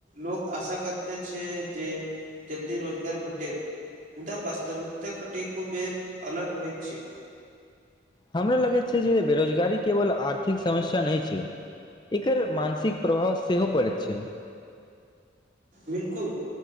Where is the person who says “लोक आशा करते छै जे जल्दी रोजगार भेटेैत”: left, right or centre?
Right